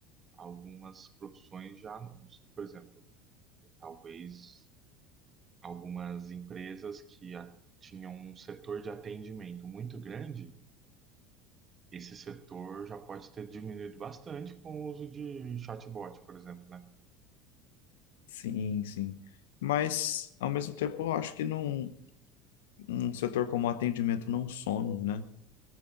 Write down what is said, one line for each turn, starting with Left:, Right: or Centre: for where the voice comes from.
Right: algumas profissões já não. Por exemplo, talvez algumas empresas que a- tinham um setor de atendimento muito grande, esse setor já pode ter diminuído bastante com o uso de chatbot, por exemplo, né?
Left: Sim, sim. Mas, ao mesmo tempo, eu acho que num, um setor como atendimento não some, né?